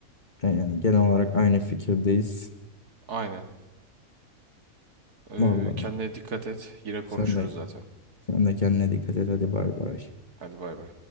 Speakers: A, on the left (about 30°); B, on the right (about 85°).
A: Yani genel olarak aynı fikirdeyiz.
B: Aynen. Ee,
A: Vallahi
B: kendine dikkat et. Yine konuşuruz
A: sen de
B: zaten.
A: sen de kendine dikkat et hadi bay bay.
B: Hadi bay bay.